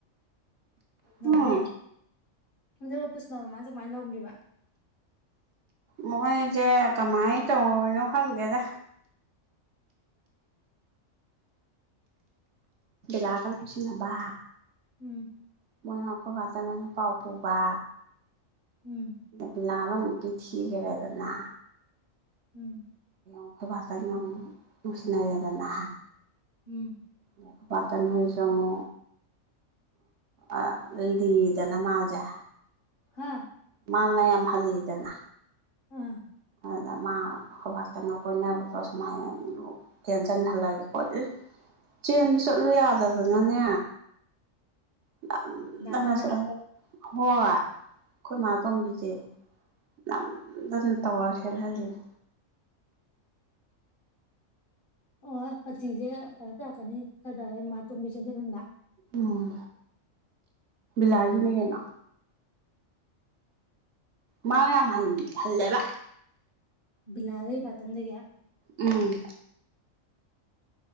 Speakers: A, on the left; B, on the right.
A: ꯉꯧꯕꯕꯤꯌꯦ
B: ꯎꯝ
A: ꯑꯗꯨꯒ ꯄꯨꯁꯄꯥ ꯃꯃꯥꯁꯦ ꯀꯃꯥꯏꯅ ꯂꯧꯈ꯭ꯔꯤꯕ
B: ꯃꯣꯏꯖꯦ ꯀꯃꯥꯏ ꯇꯧꯔꯤꯅꯣ ꯍꯪꯒꯦꯗ ꯂꯥꯒꯝ ꯁꯤꯟꯅꯕ
A: ꯎꯝ
B: ꯃꯣꯏꯅ ꯑꯩꯈꯣꯏ ꯍꯆꯪ ꯑꯣꯏꯅ ꯄꯥꯎ ꯄꯨꯕ
A: ꯎꯝ
B: ꯕꯤꯂꯥ ꯑꯃꯃꯨꯛ ꯄꯤꯊꯤꯈꯔꯦꯗꯅ
A: ꯎꯝ
B: ꯑꯈꯣꯏ ꯚꯇ ꯉ ꯃꯁꯤꯅꯔꯤꯗꯅ
A: ꯎꯝ
B: ꯂꯄꯇꯅꯖꯃꯣ ꯑ ꯑ ꯂꯤꯗꯅ ꯃꯥꯖ
A: ꯍꯥꯥ
B: ꯃꯥꯅ ꯌꯥꯝ ꯍꯜꯂꯤꯗꯅ
A: ꯑꯥ
B: ꯑꯗꯨꯗ ꯃꯥ ꯈꯨꯣꯏꯕꯥꯁꯇꯒ ꯀꯣꯏꯅꯕꯗꯣ ꯁꯨꯃꯥꯏꯅ ꯇꯦꯟꯁꯤꯟꯍꯜꯂꯒꯦ ꯈꯣꯠꯂꯤ ꯆꯦꯟꯕ ꯆꯠꯂꯨ ꯌꯥꯗꯗꯅꯅꯦ <unintelligible>
A: ꯕꯥꯇꯟꯅ
B: ꯍꯣꯏ ꯑꯩꯈꯣꯏ ꯃꯥ ꯇꯣꯡꯝꯕꯤꯁꯦ
A: ꯎꯝ
B: ꯅꯑꯝꯗꯅ ꯇꯑꯧꯋꯥꯍꯜꯂꯤꯅꯤ
A: ꯑꯣ ꯑꯇꯖꯦ ꯀ ꯇꯔꯀꯅꯤ ꯀꯗꯥꯔ ꯃꯥ ꯇꯃꯤ ꯆꯗꯔꯗꯥ
B: ꯎꯝ ꯂꯥꯖꯅꯤ ꯀꯅꯥ ꯃꯥ ꯌꯥꯝ ꯍꯜꯂꯦꯕ
A: ꯕꯤꯅꯥ ꯂꯩ ꯄꯊꯗ ꯀꯌꯥ
B: ꯎꯝ